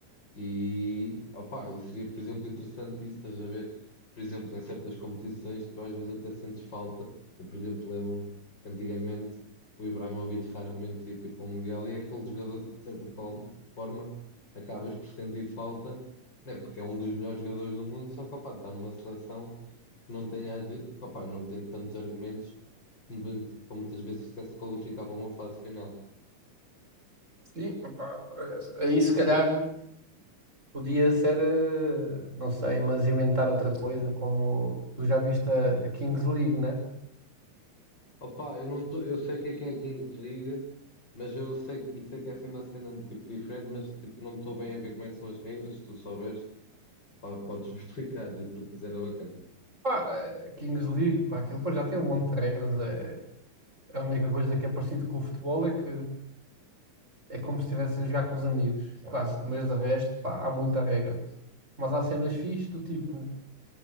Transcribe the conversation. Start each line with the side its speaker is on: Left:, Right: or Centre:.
Left: E, opá, e seria, por exemplo, interessante isso, estás a ver? Por exemplo, em certas competições, tu às vezes até sentes falta. Eu, por exemplo, lembro-me, antigamente, o Ibrahimovic raramente ia tipo ao Mundial e é aquele jogador que, de certa fal- forma, acabas por sentir falta, né? Porque é um dos melhores jogadores do mundo, só que, opá, está numa seleção que não tem, às vezes, opá, não tem tantos argumentos para muitas vezes sequer se qualificar para uma fase final.
Right: Sim, opá, eh, aí se calhar. Podia ser, eh, não sei, mas inventar outra coisa, como tu já viste a, a Kings League, né?
Left: Opa, eu não tô, eu sei o que é que é a Kings League, mas eu sei, que- e sei que é assim uma cena de tipo diferente, mas tipo, não estou bem a ver como é que são as regras, se tu souberes, pá, podes-me <laughs> explicar, porque isso era bacana.
Right: Pá, a Kings League, pá, aquilo pá, já tem um monte de regras. É, a única coisa que é parecido com o futebol é que é como se estivesse a jogar com os amigos, quase. Mas de resto, pá, há muita regra. Mas há cenas fixes do tipo,